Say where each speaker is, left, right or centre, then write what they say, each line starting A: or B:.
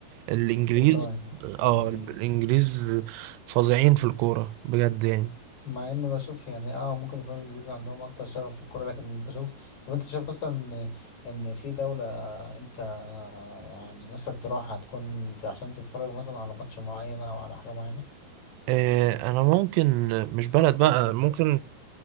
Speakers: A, on the right; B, on the left.
A: الانجليز
B: بريطانيا
A: اه
B: الانجليز
A: الانجليز فظيعين في الكورة بجد يعني
B: مع اني بشوف يعني اه ممكن يكون الانجليز عندهم اكتر شغف في الكوره لكن بشوف طب انت شايف مثلا ان إن في دوله انت يعني نفسك تروحها هتكون عشان تتفرج مثلا على ماتش معين او على حاجه معينه
A: آه، انا ممكن مش بلد بقى ممكن